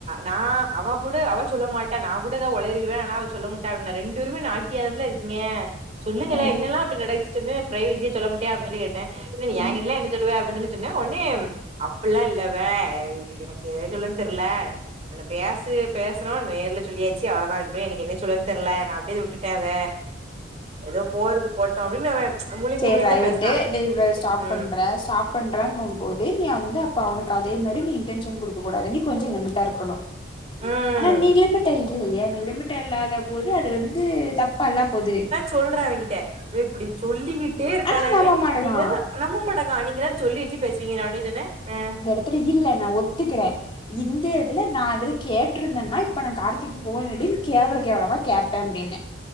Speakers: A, on the right; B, on the left.
A: நா அவ கூட அவ சொல்ல மாட்டா நா கூட ஏதாவது உளரிடுவ ஆனா அவ சொல்ல மாட்டா அப்டி ரெண்டு பேருமே நா <unintelligible> ல இருக்கீங்க சொல்லுங்களே
B: ஆ
A: என்னல்லா அப்டி நடன்சு சொன்னு பிரைவசியா சொல்ல மாட்டியா அப்டினு சொல்லி கேட்டே இல்ல நீ‌
B: ஆ
A: ஏ கிட்டலா என்ன சொல்லுவ அப்டீன் சொல்லி சொன்னே ஒட்னே அப்பில்லா இல்ல பே எனக்கு எத சொல்லனு தெர்ல ஒன்னு பேசு பேசுறோ நேர்ல சொல்லியாச்சு அவ்ளோதா இதுக்கு மேல எனக்கு என்ன சொல்ரதுன்னு தெர்ல நா அப்டிடே அத விட்டுட்ட அத ஏதோ போறது போட்டு அப்டின்னு அவ முழுங்கி
B: செரி
A: முழுங்கிதா
B: ரைட்டு
A: பேசுனா
B: நீவ்வ
A: சரி விடு
B: ஸ்டாப் பண்ற
A: ம்
B: அ சாப்பண்றங்க போது நீய வந்து அப்ப அவனுக்கு அதே மாரி நீ இன்டென்ஷன் குடுக்க கூடாது நீ கொஞ்சோ லிமிட்டா இருக்கணு
A: ம்
B: ஆனா நீ லிமிட்டா இல்லையே நீ லிமிட்டா இல்லாதப் போது அது வந்து தப்பால்ல போது
A: சொல்ற அவிங்கிட்ட எப்புடி சொல்லிக்கிட் கிட்டே இருக்காலவே
B: ஆனா நம்ப மாட்டேங்கா
A: நீங்க வெறு நம்ப மாட்டாக்கா நீங்க எல்லாரு சொல்லி வச்சு பேசுவீங்க அவனே சொன்ன அ
B: த்திரி இல்ல நா ஒத்துக்கிறே இந்ததுல நா அதுல கேட்ருந்தேன்னா இப்ப நா கார்த்திக்கு ஃபோனடினு கேவல கேவலமா கேப்பே அப்டின்னே